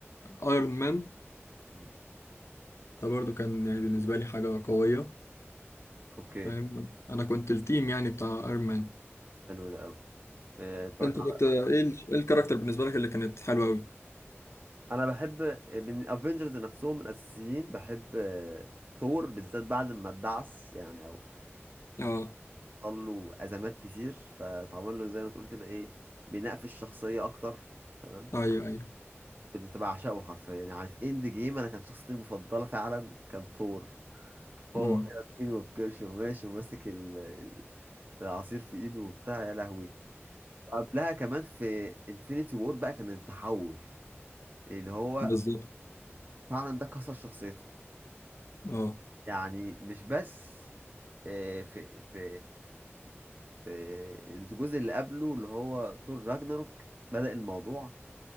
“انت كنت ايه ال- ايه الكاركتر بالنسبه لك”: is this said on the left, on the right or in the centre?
Left